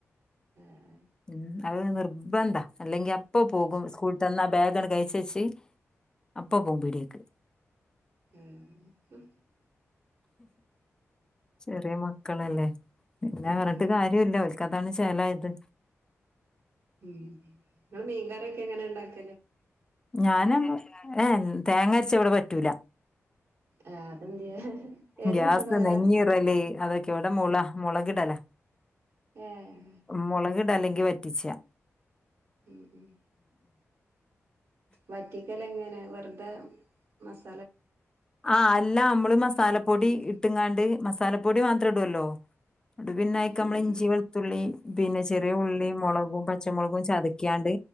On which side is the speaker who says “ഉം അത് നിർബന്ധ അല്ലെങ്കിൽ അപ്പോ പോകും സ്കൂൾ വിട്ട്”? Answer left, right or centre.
Left